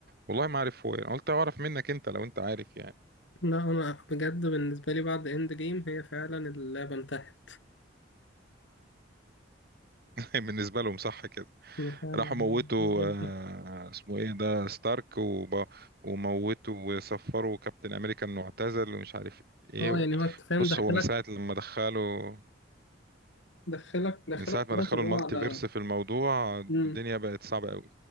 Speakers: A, on the right; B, on the left.
A: والله ما عارف هو إيه. قلت اعرف منك انت لو انت عارف يعني
B: لا أنا بجد بالنسبة لي بعد إند جيم هي فعلا اللعبة انتهت
A: <laughs> بالنسبة لهم صح
B: أنا فعلا
A: راحوا موتوا
B: اللعبة انتهت
A: آه، اسمه ايه ده ستارك وب... وموتوا وسفروا كابتن امريكا انه اعتزل ومش عارف ايه
B: أه
A: و...
B: يعني هو أنت فاهم
A: بص
B: دخلك
A: هو من ساعة لما دخلوا
B: دخلك دخلك
A: من ساعة
B: خلاص
A: ما دخلوا
B: اللي
A: المالتي
B: هو على
A: فيرس في الموضوع
B: مم.
A: الدنيا بقت صعبة قوي